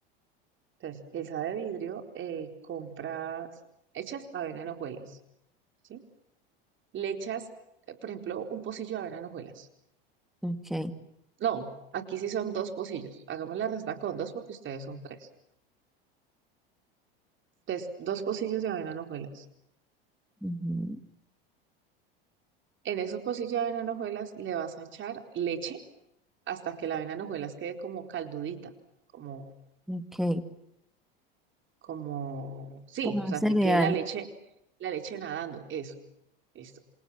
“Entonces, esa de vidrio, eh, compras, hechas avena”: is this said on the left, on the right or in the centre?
Right